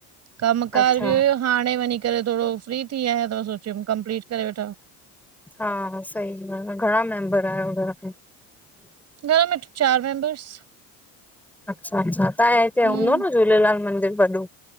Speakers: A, on the right (about 45°); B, in the centre.
A: कमकार
B: अच्छा
A: बि हुयो हाणे वञी करे थोरो फ्री थी आहियां त सोचियुम कंपलीट करे वठां।
B: हा सही ॻाल्ह आहे घणा मेंबर आहियो घर में।
A: घर में चार मेंमबर्स।
B: अच्छा अच्छा तव्हांजे हिते हूंदो
A: हम्म
B: न झूलेलाल मंदिर वॾो?